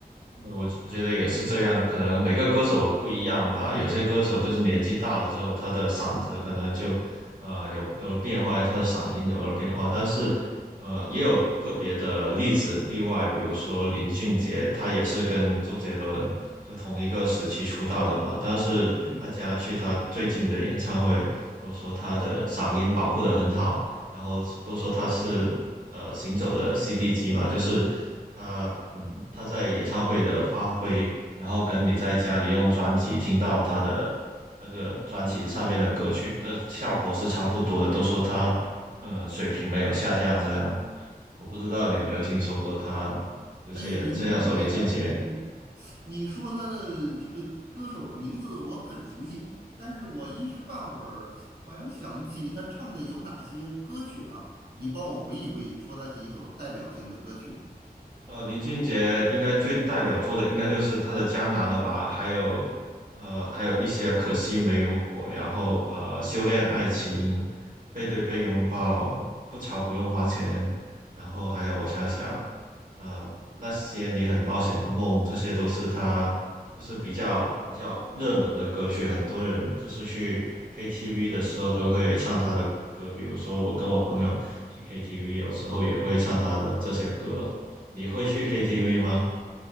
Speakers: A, on the right (about 60°); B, on the right (about 85°).
A: 对我我觉得也是这样，可能每个歌手不一样吧。有些歌手就是年纪大了之后，他的嗓子可能就呃有有了变化，他的嗓音有了变化。但是呃，也有个别的例子例外，比如说林俊杰，他也是跟周杰伦就同一个时期出道的嘛。但是大家去他最近的演唱会，
B: 嗯，
A: 都说他的嗓音保护的很好，然后都说他是呃行走的 CD 机嘛，就是。他嗯，他在演唱会的发挥，然后跟你在家里用专辑听到他的那个专辑上面的歌曲的效果是差不多的，都说他呃水平没有下降这样。我不知道你有没有听说过他
B: 哎，
A: 嗯这样说林俊杰。
B: 林俊杰，你你说他的这个歌手的名字我很熟悉，但是我一时半会儿好像想不起他唱的有哪些歌曲了。你帮我回忆回忆，说他几首代表性的歌曲。
A: 呃，林俊杰应该最代表作的应该就是他的《江南》了吧，还有，呃，还有一些《可惜没如果》，然后呃，《修炼爱情》、《背对背拥抱》、《不潮不用花钱》，然后还有我想想，呃，那些你很冒险的梦，这些都是他就是比较比较热门的歌曲，很多人就是去 KTV 的时候都会唱他的歌，比如说我跟我朋友去 KTV，有时候也会唱他的这些歌。你会去 KTV 吗？